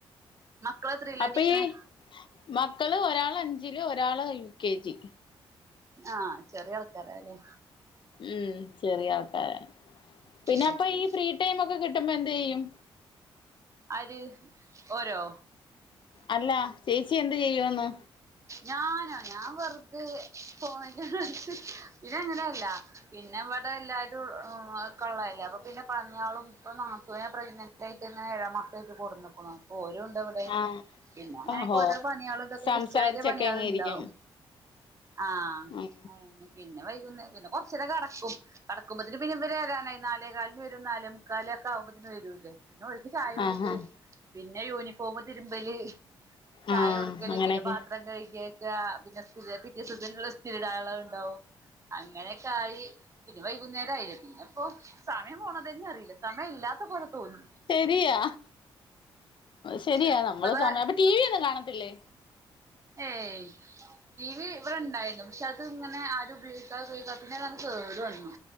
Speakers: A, on the right (about 25°); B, on the left (about 45°).
A: മക്കളെത്രയിലാ
B: അപ്പൊ
A: പഠിക്കണേ
B: ഈ മക്കള് ഒരാൾ അഞ്ച് ഒരാൾ യു കെ ജി
A: ആ ചെറിയ ആൾക്കാരല്ലെ
B: ഉം <inaudible> പിന്നെ
A: അത്
B: അപ്പൊ
A: ശരി
B: ഈ ഫ്രീ ടൈം ഒക്കെ കി ബോ എന്ത്ചെയ്യും.
A: ആര് ഓരോ
B: അല്ല ചേച്ചി എന്ത് ചെയ്യുവന്ന്
A: ഞാനോ ഞാൻ വെറുതെ ഫോണിൽ കളി ഇതങ്ങനെയല്ല പി. പിന്നെ ഇവിടെ എല്ലാവരും കൊള്ളതല്ലേ അപ്പ പിന്നെ പണേളും ഇപ്പൊ നാത്തൂനും പ്രനെന്റ് ആയിട്ട് ഇങ്ങനെഴ മസായിട്ട് കൊടുന്നുക്കുണു അപ്പൊ ഓല് ത്തവടെ
B: ആഹ്
A: പിന്നെ അങ്ങനെയൊക്കെ
B: ഓഹോ
A: ഓരോ പണിയേളും ഇതൊക്കെ
B: സംസാരിച്ചൊക്കെ
A: ഉച്ചവരെ പണിയാള
B: അങ്ങ്
A: ഉണ്ടാവും.
B: ഇരിക്കും
A: ആ
B: ഉം
A: അയന്നെ പിന്നെ പിന്നെ വൈകുന്നേര പിന്നെ കുറച്ചേരം കടക്കും കടക്കുമ്പത്തിന് പിന്ന ഇവ വരാനായി നാലേ കാലിന് വരും നാലേ മുക്കാല ഒക്കെകുമ്പോതിന് വരൂല്ലേ ചായ കൊടുത്ത്
B: ആഹ് ആഹ്
A: പിന്നെ യൂണിഫോം തിരുമ്പല് ചായ
B: ആഹ്
A: കൊടുക്കല്
B: അങ്ങനെയൊക്കെ
A: പിന്നെ പാത്രം കഴുകി പിന്നാ <unintelligible> <unintelligible> ആള ഉണ്ടാവും. അങ്ങനെയൊക്കെ ആയി പിന്നെ വൈകുന്നേരം ആയില്ല പിന്നെ ഇപ്പോ സമയം പോണതന്നെ അറിയില്ല സമയം ഇല്ലാത്ത പോലെ തോന്നും.
B: രിയാ ശരിയാ
A: എത്ര
B: നമ്മള് സമയം അപ്പ ടി വി ഒന്നും കാണത്തില്ലേ
A: ഏയ് ടി വി ഇവിടെ ഉണ്ടായിരുന്നു പക്ഷെ അത് ഇങ്ങനെ ആരും ഉപയോഗിക്കാ ഉപയോഗിക്കാതെ പിന്നതങ്ങ് കേടു വന്നു